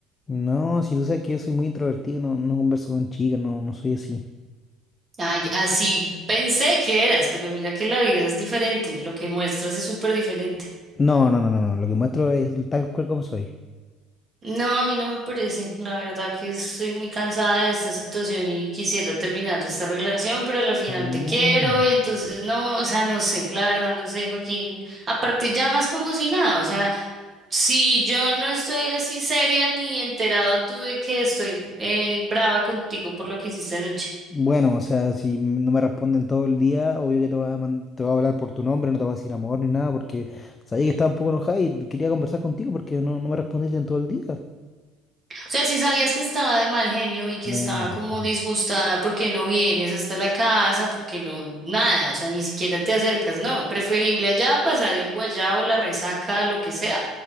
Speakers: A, on the left; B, on the right.
A: No, si tú sabes que yo soy muy introvertido, no, no converso con chicas, no, no soy así.
B: Ay, así pensé que eras, pero mira que la vida es diferente, lo que muestras es súper diferente.
A: No, no, no, no, no, lo que muestro es tal cual como soy.
B: No, a mí no me parece. La verdad que estoy muy cansada de esta situación y quisiera terminar esta relación, pero a la final
A: No.
B: te quiero y entonces no, o sea, no sé, la verdad no sé, Joaquín. Aparte llamas como si nada, o sea, si yo no estoy así seria ni enterado tú de que estoy eh, brava contigo por lo que hiciste anoche.
A: Bueno, o sea, si m- no me responden todo el día, obvio que te voy a, man- te voy a hablar por tu nombre, no te voy a decir amor ni nada, porque sabía que estaba un poco enojada y quería conversar contigo porque no, no me respondiste en todo el día.
B: O sea, si sabías que estaba de mal genio y que
A: Bueno,
B: estaba como
A: sí.
B: disgustada porque no vienes hasta la casa, porque no, nada, o sea, ni siquiera te acercas, no, preferible allá pasar el guayao, la resaca, lo que sea,